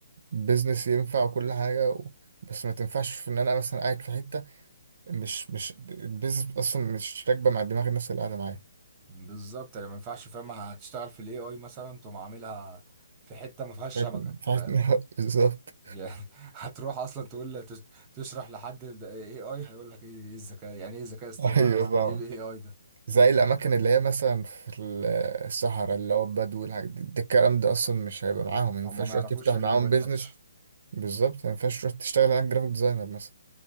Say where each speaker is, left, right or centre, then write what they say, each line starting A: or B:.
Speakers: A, on the right (about 60°); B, on the right (about 20°).
A: بيزنس ينفع وكل حاجة و... بس ما تنفعش في ان انا مثلا قاعد في حته مش مش البيزنس اصلا مش راكبه مع دماغ الناس اللي قاعده معايا
B: بالظبط يعني ما ينفعش فاهم هتشتغل في الاي اي مثلا تقوم عاملها في حته ما فيهاش
A: فاهم؟
B: شبكه
A: <laughs>
B: فاهم
A: بالظبط
B: يعني <laughs> هتروح اصلا تقول ل- تش- تشرح لحد اي اي هيقول لك ايه إيه الذكاء يعني ايه ذكاء اصطناعي
A: ايوه
B: اصلا
A: فاهمك
B: ايه الاي اي ده
A: زي الاماكن اللي هي مثلا في ال- الصحراء اللي هو البدو والحاجات دي ده الكلام ده اصلا مش هيبقى معاهم ما ينفعش
B: هم ما
A: تروح
B: يعرفوش
A: تفتح
B: يعني
A: معاهم
B: ايه موبايل
A: بيزنس
B: تاتش
A: بالظبط ما ينفعش تروح تشتغل هناك جرافيك ديزاينر مثلا